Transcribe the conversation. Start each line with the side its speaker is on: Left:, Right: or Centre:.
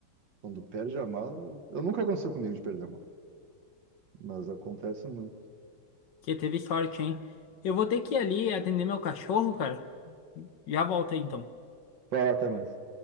Right: Quando perde a mala, eu nunca aconteceu comigo de perder a mala, mas acontece muito.
Left: Porque teve sorte, hein? Eu vou ter que ir ali atender meu cachorro, cara. Já volto aí, então.
Right: Vai lá, até mais.